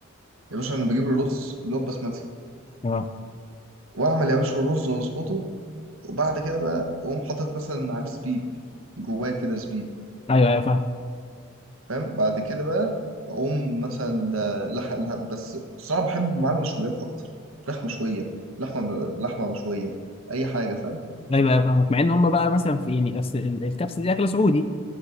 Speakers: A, on the right (about 85°); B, on the left (about 25°).
A: يا باشا انا بجيب الرز اللي هو بسمتي
B: اه
A: واعمل يا باشا الرز واظبطه وبعد كده بقى اقوم حاطط مثلا عليه زبيب جواه كده زبيب
B: ايوه ايوه فاهم
A: فاهم بعد كده بقى اقوم مثلا ده لحق لحق بس الصراحه بحب معاه المشويات اكتر فراخ مشويه لحمه لحمه مشويه اي حاجه فاهم
B: ايوه ايوه فاهمك مع ان هم بقى مثلا في يعني أصل ال- الكبسة دي اكلة سعودي